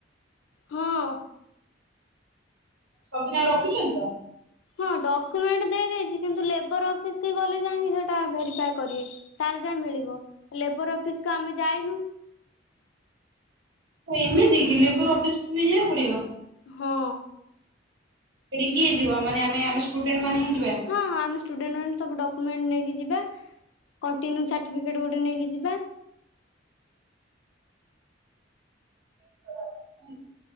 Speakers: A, on the left (about 75°); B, on the right (about 65°).
A: ହଁ।
B: ସବୁଯାକ ରଖୁଛନ୍ତି ତ।
A: ହଁ ଡକ୍ୟୁମେଣ୍ଟ ଦେଇ ଦେଇେଇଛି କିନ୍ତୁ ଲେବର ଅଫିସ କି ଗଲେ ଯାଇି ସେଟା ଭେରିଫା କରିବେ। ତାହେଲେ ଯାଏ ମିଳିବ ଲେବର ଅଫିସକୁୁ ଆମେ ଯାଇନୁ।
B: ହ ଏମିତି ଗିଲିପୁର ଅଫିସକୁୁ ନେଇ ଯିବାକୁ ପଡିବ।
A: ହଁ।
B: ଏଠିଏ ଯିବାନ ଆମେ ଆମେଷ୍ଟୁଡେଣ୍ଟ ମାନେ ଯିବା।
A: ହଁ ଆମେ ଷ୍ଟୁଡେଣ୍ଟ ମାନେ ସବୁ ଡକ୍ୟୁମେଣ୍ଟ ନେଇକି ଯିବା। କଣ୍ଟିନ୍ୟୁ ସାର୍ଟିଫେଟ ଗୋଟେ ନେଇକି ଯିବା।
B: <unintelligible>